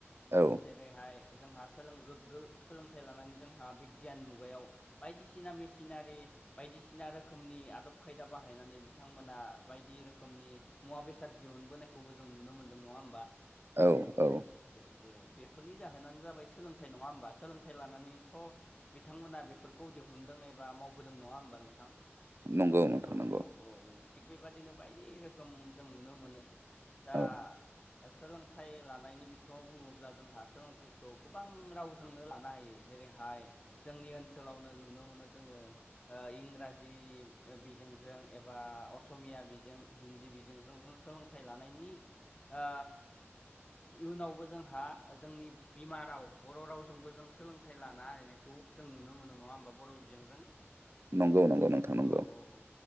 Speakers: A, on the right (about 60°); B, on the left (about 25°).
A: औ
B: जेरैहाय जोंहा सोलों गोग्गो सोलोंथाइ लानानै जोंहा बि गियान मुगायाव बायदिसिना मेसिनारि बायदिसिना रोखोमनि आदब खायदा बाहायनानै बिथांमोन बिथांमोना बायदि रोखोमनि मुवा बेसाद दिहुनबोनायखौबो जों नुनो मोनदों नङा होमबा
A: औ औ
B: औ बेफोरनि जाहोनानो जाबाय सोलोंथाइ नङा होमबा सोलोंथाइ लानानैथ बिथांमोना बेफोरखौ दिहुुनदों एबा मावबोदों नङा होनोमबा नों थां
A: नंगौ नोंथां
B: औ
A: नंगौ
B: औ औ औ थिग बेबादिनो बायदि रोखोम जों नुनो मोनो दा
A: औ
B: सोलोंथाइ लानायनि बिथिङाव बुङोब्ला जोंहा सोलोंथाइखौ गोबां रावजोंनो लानो हायो। जेरैहाय जोंनि ओनसोलावनो नुनो मोनो जोंङो इंराजि बिजोंजों एबा असमिया बिजों हिन्दी बिजोंजों जों सोलोंथाइ लानायनि ओ इयुनावबो जोंहा जोंनि बिमा राव बर' रावजोंबो जों सोलोंथाइ लानो हानाय खौ जों नुनो मोनो नंङा होमबा बर' बिजोंजों
A: नंगौ नंगौ नोंथां नंगौ
B: औ औ औ